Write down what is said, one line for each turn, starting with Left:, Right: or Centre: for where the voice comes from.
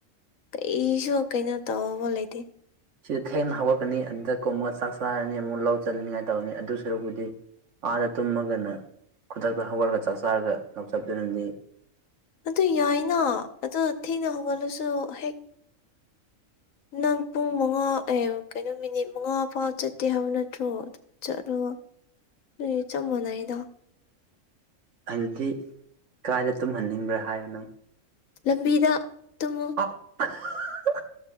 Left: ꯀꯩꯁꯨ ꯀꯩꯅꯣ ꯇꯧꯕ ꯂꯩꯇꯦ
Right: ꯁꯤꯗ ꯊꯦꯡꯅ ꯍꯧꯒꯠꯀꯅꯤ ꯑꯗꯨꯗ ꯀꯣꯝꯃꯒ ꯆꯥꯛ ꯆꯥꯔꯅꯤ ꯑꯃꯨꯛ ꯂꯧ ꯆꯜꯂꯅꯤꯉꯥꯏ ꯇꯧꯔꯅꯤ ꯑꯗꯨ ꯁꯔꯨꯛꯄꯨꯗꯤ ꯑꯥꯗ ꯇꯨꯝꯃꯒꯅ ꯈꯨꯗꯛꯇ ꯍꯧꯒꯠꯂ ꯆꯥꯛ ꯆꯥꯔꯒ ꯂꯧ ꯆꯞꯗꯨꯅꯗꯤ
Left: ꯑꯗꯨ ꯌꯥꯏꯅ ꯑꯗꯨ ꯊꯦꯡꯅ ꯍꯧꯒꯠꯂꯁꯨ ꯍꯦꯛ ꯅꯪ ꯄꯨꯡ ꯃꯉꯥ ꯑꯦ ꯀꯩꯅꯣ ꯃꯤꯅꯤꯠ ꯃꯉꯥ ꯐꯥꯎ ꯆꯠꯇꯦ ꯍꯥꯏꯕ ꯅꯠꯇ꯭ꯔꯣ ꯆꯠꯂꯣ ꯑꯗꯨꯗꯤ ꯆꯞ ꯃꯥꯟꯅꯩꯗ
Right: ꯑꯪꯗꯤ ꯀꯥꯏꯗ ꯇꯨꯝꯍꯟꯅꯤꯡꯕ꯭ꯔꯥ ꯍꯥꯏꯌꯣ ꯅꯪ
Left: ꯂꯝꯕꯤꯗ ꯇꯨꯝꯃꯣ
Right: ꯑꯣ ꯑ ꯍ ꯍ ꯍ